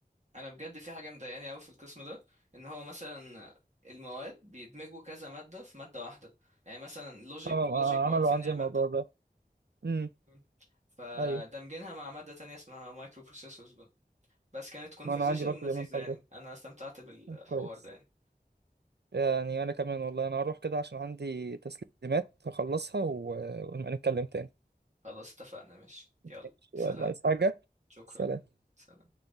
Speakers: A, on the right (about 45°); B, on the right (about 80°).
A: انا بجد في حاجه مضايقاني قوي في القسم ده ان هو مثلا المواد بيدمجوا كذا ماده في ماده واحده يعني مثلا لوجيك
B: اه آه،
A: لوجيك معروف
B: عملوا
A: ان
B: عندي
A: هي
B: الموضوع
A: ماده
B: ده امم
A: مم. فدمجينها
B: ايوه
A: مع ماده تانية اسمها مايكرو بروسيسورز بقى بس كانت كونفرزيشن
B: ما انا عندي برضه
A: لذيذه
B: بيعملوا الحوار
A: يعني
B: ده
A: انا استمتعت بالحوار
B: كويس
A: ده يعني
B: يعني أنا كمان والله أنا هروح كده عشان عندي تسليمات هخلصها و- ونبقى نتكلم تاني
A: خلاص اتفقنا ماشي
B: ماشي،
A: يلا سلام
B: يلا عايز حاجة
A: شكرا
B: سلام
A: سلام